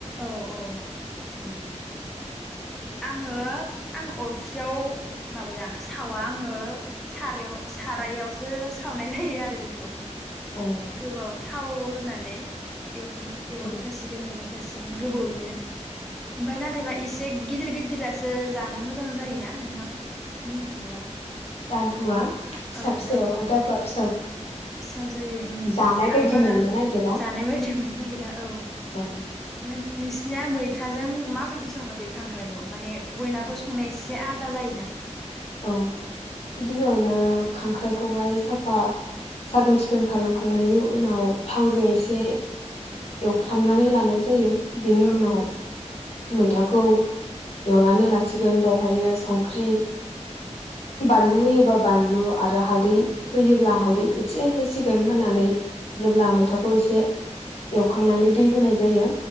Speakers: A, in the centre; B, on the left.
A: औ औ।
B: औ
A: आंङो आं अरखियाव माबाया सावा आंङो सारायाव सारायावसो सावनाय जायो आरो बेखौ।
B: ओं
A: गोबाव थाव होनानै एवफ्रबाय एवबाय
B: ओं
A: थासिगोन एवबाय थासिगोन गोबावयैनो ओमफ्राय नाथायबा इसे गिदिर गिदिरासो जानो मोजां जायोना नोंथां। बुंनो थाङोबा
B: बुवआ
A: ओं
B: फिसा
A: औ
B: फिसायावहाय
A: दाबुआ
B: दाबु फि
A: फिसा जायो
B: जानाय
A: आरो
B: बायदि
A: बारा
B: मोननो नागिरा
A: जानाय बायदि मोननो नागिरा औ
B: औ
A: मोन नोंसिनिया मैथाजों माबायदि सङो बे खांख्राइखौ माने बयनाबो संनाया एसे आलादा जायोना।
B: औ गिबियावनो खांख्राइखौहाय साफा साखोन सिखोन खालामखांनायनि उनाव थावजों
A: औ
B: एसे एवफ्रामनानै लानाय जायो बिनि
A: औ
B: उनाव मैथाखौ एवनानै लासिगोन बावहायो संख्रि बानलु होयोबा बानलु आ रो हालदै होयोब्ला हालदै ए से होसिगोन होननानै जेब्ला मैथाखौ एसे एवखांनानै दै होनाय जायो।